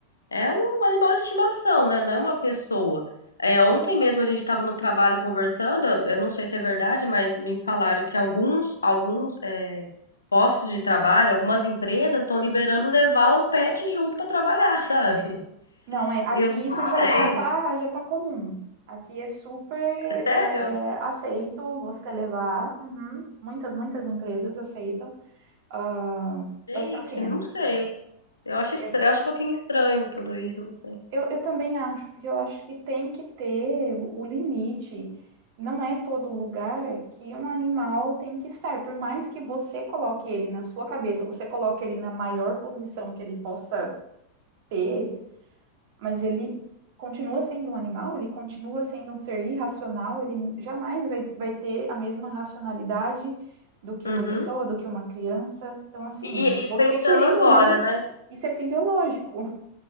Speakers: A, on the left; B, on the right.
A: é um animal de estimação, né? Não é uma pessoa. É, ontem mesmo a gente estava no trabalho conversando, eu eu não sei se é verdade, mas me falaram que alguns, alguns é, postos de trabalho, algumas empresas estão liberando levar o pet junto para trabalhar, <laughs> sabe?
B: não é, aqui
A: Eu não
B: isso já
A: sei.
B: já tá já tá comum. Aqui é super
A: Sério?
B: é, aceito você levar. Uhum. Muitas, muitas empresas aceitam. Ah,
A: Gente,
B: assim,
A: não sei. Eu acho, estra-
B: é,
A: eu acho um pouquinho estranho tudo isso, não sei.
B: Eu, eu também acho, porque eu acho que tem que ter o, o limite. Não é todo lugar que um animal tem que estar. Por mais que você coloque ele na sua cabeça, você coloque ele na maior posição que ele possa ter, mas ele continua sendo um animal, ele continua sendo um ser irracional, ele jamais vai, vai ter a mesma racionalidade do que
A: Uhum.
B: uma pessoa, do que uma criança. Então, assim,
A: E, e- e
B: você
A: pensando
B: querendo
A: agora,
B: ou não,
A: né?
B: isso é fisiológico.